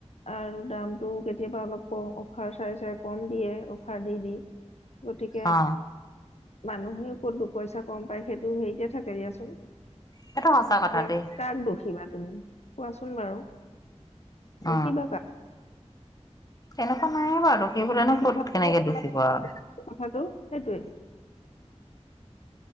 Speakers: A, on the left; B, on the left.
A: আৰু দামটো কেতিয়াবা অলপ ক অফাৰ চাই চাই কম দিয়ে অফাৰ দি দি গতিকে
B: অ
A: মানুহেও ক'ত দুপইচা কম পায় সেইটো হেৰিতে থাকে দিয়াচোন এতিয়া
B: সেইটো সঁচা কথা দেই
A: কাক দখিবা তুমি কোৱাচোন বাৰু
B: অ
A: দোষিবা কাক
B: তেনেকুৱা নাইে বাৰু থাকিবলে নো
A: সিফালেও
B: ক'ত কেনেকে
A: হয়
B: দুখিব অঁ
A: কথাটো সেইটোৱে